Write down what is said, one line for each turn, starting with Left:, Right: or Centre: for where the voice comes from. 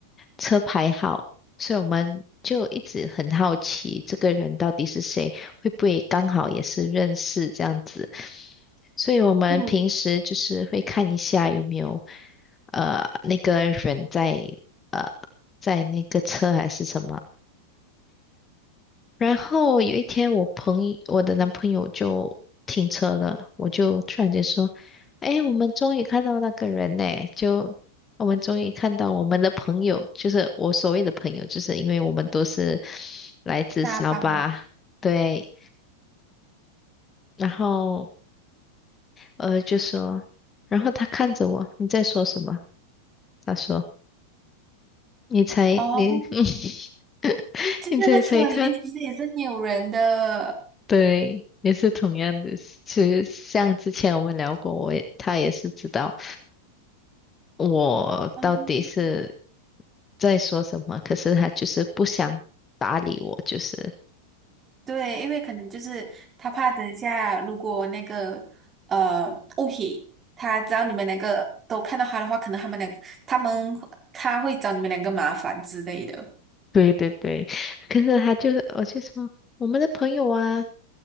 Left: 车牌号，所以我们就一直很好奇这个人到底是谁，会不会刚好也是认识这样子，所以我们平时就是会看一下有没有
Right: 嗯，
Left: 呃那个人在呃在那个车还是什么。然后有一天，我朋友，我的男朋友就停车了，我就突然间说：“哎，我们终于看到那个人呢！就我们终于看到我们的朋友，就是我所谓的朋友，就是因为我们都是来自沙巴，
Right: 大巴
Left: 对。然后呃，就说，然后他看着我，你在说什么？他说：你才你
Right: 哦，
Left: <laughs>，
Right: 就那个车里面其实也是没有人的。
Left: 你猜猜看。”对，也是同样的。其实像之前我们聊过，我也他也是知道我到底是
Right: 嗯，
Left: 在说什么，可是他就是不想搭理我，就是。
Right: 对，因为可能就是他怕等一下，如果那个呃物品，他只要你们两个都看到他的话，可能他们两他们他会找你们两个麻烦之类的。
Left: 对对对，可是他就是，我就说我们的朋友啊，